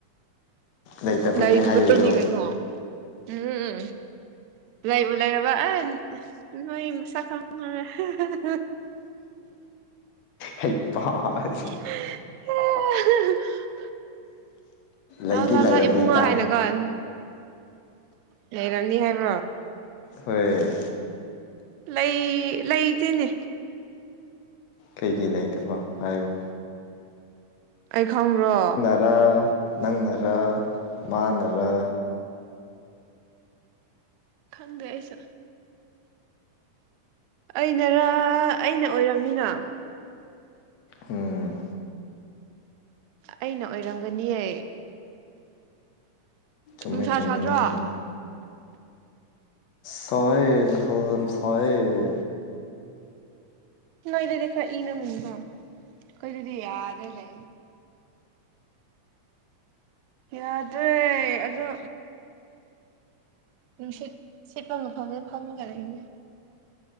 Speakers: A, on the left; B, on the right.
A: ꯂꯩꯇꯕꯒꯤ
B: ꯂꯩꯗꯕꯩꯅꯤ
A: ꯍꯥꯏꯔꯤꯔꯣ
B: ꯀꯩꯅꯣ ꯎꯝ ꯎꯝ ꯂꯩꯕꯨ ꯂꯩꯔꯕ ꯑꯦ ꯅꯣꯏ ꯃꯁꯛ ꯈꯪꯉꯔ‌ꯣꯏ
A: ꯍꯩꯄꯥꯗꯤ
B: <unintelligible>
A: ꯂꯩꯗꯤ
B: ꯂꯥ ꯂꯥ
A: ꯂꯩꯔꯝꯅꯤꯗ
B: ꯂꯥ ꯏꯕꯨꯡꯉꯣ ꯍꯥꯏꯅ ꯀ‌ꯣ ꯂꯩꯔꯝꯅꯤ ꯍꯥꯏꯕ
A: ꯍꯣꯏ
B: ꯂꯩ ꯂꯩꯇꯦꯅꯦ
A: ꯀꯩꯒꯤ ꯂꯩꯇꯕ ꯍꯥꯏꯌ‌ꯣ
B: ꯑꯩ ꯈꯪꯕ꯭ꯔꯣ
A: ꯔ ꯅꯪꯅꯥꯔ ꯃꯥꯅꯔ
B: ꯈꯪꯗꯦ ꯑꯩꯁꯨ ꯑꯩꯅꯔ ꯑꯩꯅ ꯑꯣꯏꯔꯝꯅꯤꯅ
A: ꯎꯝ
B: ꯑꯩꯅ ꯑꯣꯏꯔꯝꯒꯅꯤꯌꯦ
A: ꯆꯨꯝꯃꯦ
B: ꯅꯨꯡꯁꯥ
A: ꯆꯨꯝꯃꯦ
B: ꯁꯥꯗ꯭ꯔꯣ
A: ꯅꯪꯅꯅꯤ ꯁꯥꯏꯌ‌ꯦ ꯅꯨꯡꯁ ꯌꯥꯝ ꯁꯥꯏꯌ‌ꯦ
B: ꯅꯣꯏꯗꯗꯤ ꯈꯔ ꯏꯪꯂꯝꯒꯅꯤ ꯀ‌ꯣ ꯑꯈ‌ꯣꯏꯗꯗꯤ ꯌꯥꯗꯦꯅꯦ ꯌꯥꯗ꯭ꯔꯦ ꯑꯗꯣ ꯅꯨꯡꯁꯤꯠ ꯁꯤꯠꯄ ꯃꯐꯝꯗ ꯐꯥꯝꯃꯒ ꯂꯩꯅꯤꯡꯑ‌ꯦ